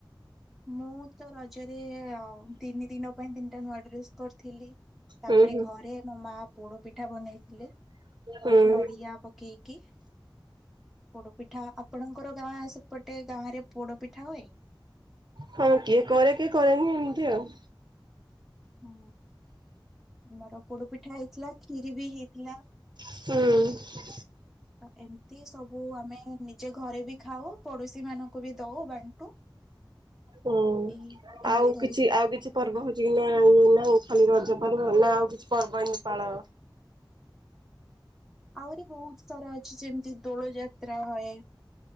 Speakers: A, in the centre; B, on the right.
A: ମୁଁ ତ ରଜରେ ତିନି ଦିନ ପାଇଁ ତିନିଟା ନୂଆ ଡ୍ରେସ୍ କରିଥିଲି। ତାପରେ
B: ହୁଁ ହୁଁ
A: ଘରେ ମୋ ମା ପୋଡ ପିଠା ବନେଇଥିଲେ
B: ହୁଁ।
A: ନଡିଆ ପ କେକ୍ ପୋଡ ପିଠା ଆପଣଙ୍କର ଗାଁ ସେପଟେ ଗାଁ ରେ ପୋଡ ପିଠା ହୁଏ?
B: ହଁ କିଏ କରେ କିଏ କରେନି ଏମିତି ଆଉ।
A: ହୁଁ ଆମର ପୋଡ ପିଠା ହେଇଥିଲା ଖିରି ବି ହେଇଥିଲା।
B: ହୁଁ।
A: ତ ଏମତି ସବୁ ଆମେ ନିଜେ ଘରେ ବି ଖାଉ ପଡୋଶୀ ମାନଙ୍କୁ ବି ଦୋଉ ବାଣ୍ଟୁ।
B: ହୁଁ
A: ଏଇ ଏମିତି
B: ଆଉ
A: କରିକି
B: କିଛି ଆଉ କିଛି ପର୍ବ ହୋଉଚି କି ନା ଇଏ ନା ଖାଲି ରଜ ପର୍ବ ନା ଆଉ କିଛି ପର୍ବ ଏମିତି ପାଳ?
A: ଆହୁରି ବହୁତ ସାରା ଅଛି ଯେମିତି ଦୋଳ ଯାତ୍ରା ହୁଏ